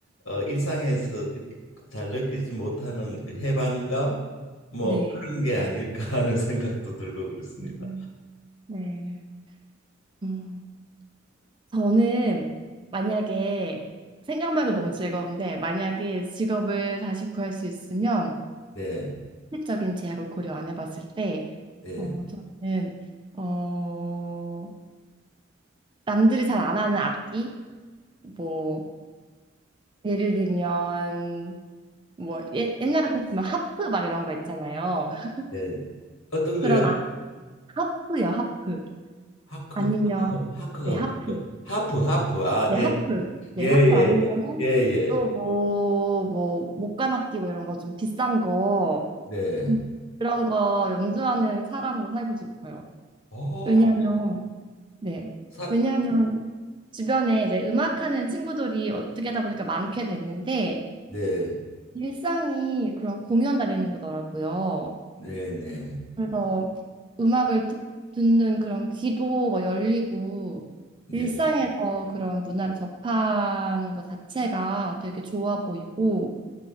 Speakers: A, on the left; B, on the right.
A: 어 일상에서 잘 느끼지 못하는 그 해방감 뭐
B: 네.
A: 그런 게 아닐까 <laughs> 하는 생각도 들고 그렇습니다.
B: 음, 네. 음, 저는 만약에 생각만 해도 너무 즐거운데 만약에 직업을 다시 구할 수 있으면
A: 네.
B: 실질적인 제약을 고려 안 해봤을 때,
A: 네.
B: 어, 저는, 어, 남들이 잘 안 하는 악기? 뭐, 예를 들면, 뭐, 예, 옛날 같았으면 하프 막 이런 거 있잖아요. <laughs>
A: 네. 어떤 거요?
B: 그런 악, 하프요, 하프.
A: 하크
B: 아니면,
A: 하크 하크가
B: 네, 하프.
A: 뭐죠? 하프 하프 아 네네
B: 네, 하프. 네,
A: 예예예
B: 하프 아니면은
A: 예예
B: 또 뭐, 뭐, 목관악기 뭐 이런 거 좀 비싼 거,
A: 네.
B: 음, 그런 거 연주하는 사람으로 살고 싶어요.
A: 어,
B: 왜냐면, 네.
A: 사,
B: 왜냐하면 주변에 이제 음악하는 친구들이 어떻게 하다 보니까 많게 됐는데
A: 네,
B: 일상이 그런 공연 다니는 거더라고요.
A: 네, 네,
B: 그래서 음악을 듣- 듣는 그런 귀도 뭐 열리고
A: 네,
B: 일상에서 그런 문화를 접하는 것 자체가 되게 좋아 보이고